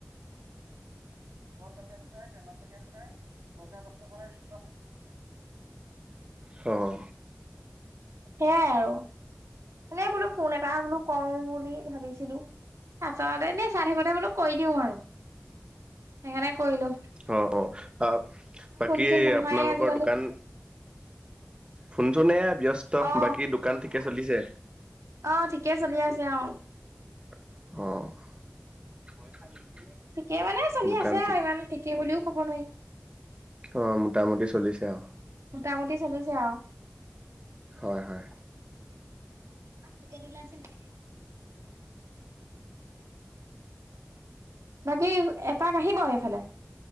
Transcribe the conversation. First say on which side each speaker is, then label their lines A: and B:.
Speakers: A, on the right; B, on the right.
A: <inaudible>
B: অঁ।
A: সেয়াই আৰু এনেই বোলো ফোন এটা বোলো কৰো বুলি ভাবিছিলোঁ। তাৰপিছত এনেই চাই থাকোতে বোলো কৰি দিও আৰু সেইকাৰণে কৰিলোঁ।
B: অ অ আহ বাকী
A: চোন নহয়ে
B: আপোনালোকৰ
A: আজিকালি
B: দোকান ফোনচোননে ব্যস্ত
A: অ
B: বাকী দোকান ঠিকে চলিছে?
A: অ ঠিকে চলি আছে অ।
B: অ।
A: ঠিকেই মানে চলি
B: দোকান
A: আছে আৰু
B: ঠিক
A: ইমান ঠিকে বুলিও কব নোৱাৰি।
B: অ' মোটামুটি চলিছে আউ।
A: মোটামুটি চলিছে আউ
B: হয় হয়।
A: পাঁচটকীয়া <unintelligible> আছে নে নাই। বাকী এপাক আহিব এইফালে।